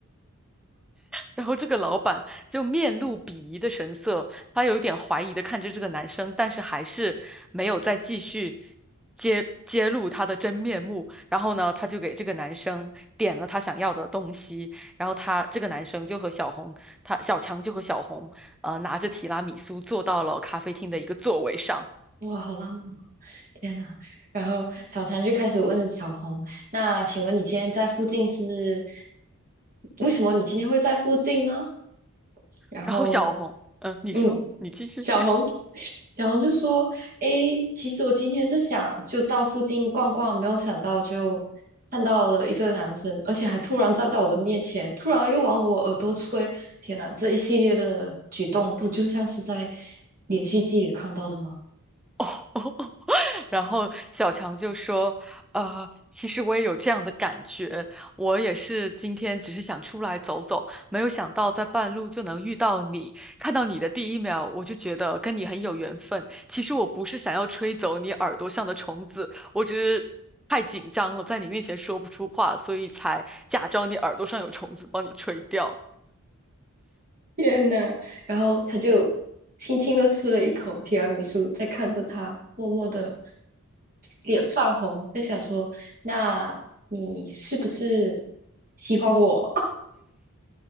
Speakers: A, in the centre; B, on the right.
A: 然后这个老板就面露鄙夷的神色，他有一点怀疑的看着这个男生，但是还是没有再继续揭揭露他的真面目。然后呢，他就给这个男生点了他想要的东西，然后他这个男生就和小红，他小强就和小红，呃，拿着提拉米苏坐到了咖啡厅的一个座位上。
B: 哇，好浪漫。天呐，然后小强就开始问小红：“那请问你今天在附近是为什么？你今天会在附近呢？”然后，
A: 然后小红，嗯、你说，
B: 嗯，
A: 你继续。
B: 小红
A: <laughs>
B: 小红就说：“诶，其实我今天是想就到附近逛逛，没有想到就看到了一个男生，而且还突然站在我的面前，突然又往我耳朵吹。天呐，这一系列的举动，不就像是在连续剧里看到的吗？”
A: 哦哦哦。然后小强就说：“呃，其实我也有这样的感觉，我也是今天只是想出来走走，没有想到在半路就能遇到你。看到你的第一秒，我就觉得跟你很有缘分。其实我不是想要吹走你耳朵上的虫子，我只是太紧张了，在你面前说不出话，所以才假装你耳朵上有虫子，帮你吹掉。”
B: <laughs> 天呐，然后他就轻轻的吃了一口提拉米苏，在看着他，默默的脸泛红，在想说：“那你是不是喜欢我？”